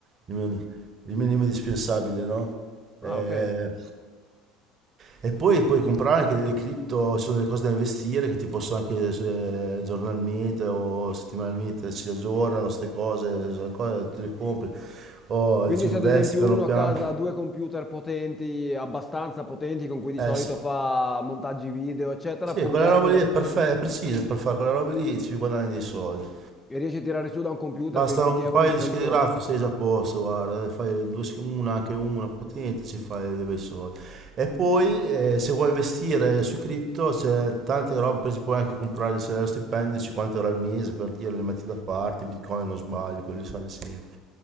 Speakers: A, on the right (about 40°); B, on the left (about 15°).
A: il minimo, il minimo indispensabile, no? Eh,
B: Ah, ok.
A: e poi puoi comprare anche delle cripto, ci sono delle cose da investire che ti possono anche eh, giornalmente o settimanalmente ci aggiornano, queste cose, queste cose, te le compri o
B: Quindi
A: ci investi
B: se ad esempio
A: piano
B: uno
A: piano.
B: a casa ha due computer potenti, abbastanza potenti, con cui di
A: Eh
B: solito
A: sì.
B: fa montaggi video, eccetera,
A: Sì,
B: può
A: quella
B: usare
A: roba
B: quelle...
A: lì è, perfe- è precisa per fare quella roba lì ci guadagni dei soldi.
B: e riesce a tirare su da un computer
A: Basta
B: quei 20
A: un
B: euro
A: paio
B: in più
A: di
B: al
A: schede
B: giorno?
A: grafiche, sei già a posto, guarda, eh, fai due sch- una, anche una potente, ci fai dei bei soldi. E poi eh, se vuoi investire sui cripto c'è tante robe, per esempio puoi anche comprare c'è lo stipendio 50 euro al mese per dire le metti da parte, Bitcoin non sbaglio, quello sale sempre.